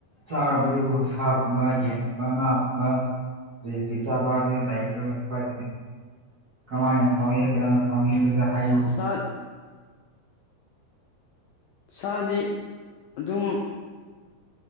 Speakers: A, on the right; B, on the left.
A: ꯆꯥꯕꯔꯨ ꯁꯥꯒꯨꯝꯕ ꯌꯦꯟꯒꯨꯝꯕ ꯉꯥ ꯒꯨꯝꯕ ꯀꯔꯤ ꯀꯔꯤ ꯆꯥꯕꯗꯤ ꯂꯩꯕ꯭ꯔꯥ <unintelligible> ꯀꯃꯥꯏꯅ ꯊꯣꯡꯉꯤ ꯀꯅꯅꯥ ꯊꯣꯡꯉꯤ ꯑꯗꯨꯗ ꯍꯥꯏꯌꯨ
B: ꯁꯥ ꯁꯥꯗꯤ ꯑꯗꯨꯝ